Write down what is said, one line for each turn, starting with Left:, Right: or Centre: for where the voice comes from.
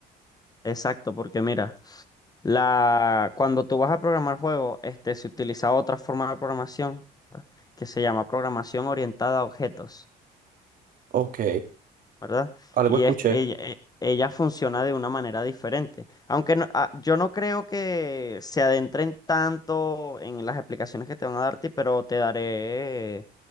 Left: Exacto, porque mira, la, cuando tú vas a programar juegos, este, se utiliza otra forma de programación que se llama programación orientada a objetos.
Right: Ok,
Left: ¿verdad?
Right: algo
Left: Y
Right: escuché.
Left: es- ella, e- ella funciona de una manera diferente. Aunque no- ah, yo no creo que se adentren tanto en las explicaciones que te van a darte, pero te daré